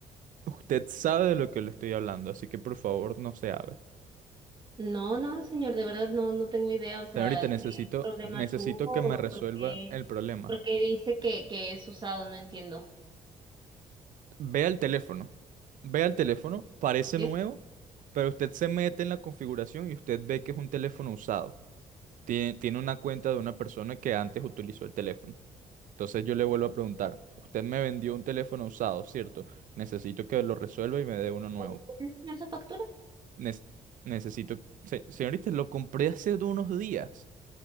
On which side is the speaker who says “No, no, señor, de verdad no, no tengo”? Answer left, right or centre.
Right